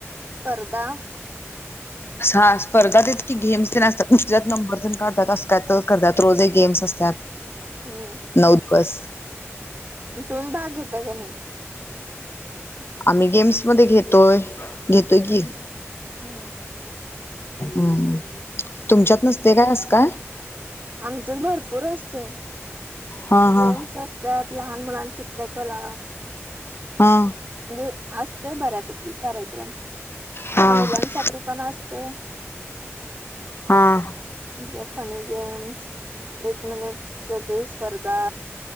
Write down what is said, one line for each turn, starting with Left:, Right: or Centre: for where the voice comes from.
Right: स्पर्धा
Left: हा स्पर्धा तेच की गेम्स तेन असतात त्यात नंबर तेन काढतात असा. का तर करतात रोज गेम्स असतात
Right: हम्म
Left: नऊ दिवस
Right: तुम्ही भाग घेता की नाही.
Left: आम्ही गेम्स मध्ये घेतोय घेतोय की
Right: हुं.
Left: हम्म तुमच्यात नसतय काय अस काय?
Right: आमच्यात भरपूर असतय
Left: हा
Right: गेम्स
Left: हा
Right: अस त्यात लहान मुलानं चित्रकला
Left: हा.
Right: म्हणजे असतय बऱ्यापैकी कार्यक्रम
Left: हा
Right: महिलांसाठी पण असतोय
Left: हां.
Right: त्यात फनी गेम्स एक मिनिटच ते स्पर्धा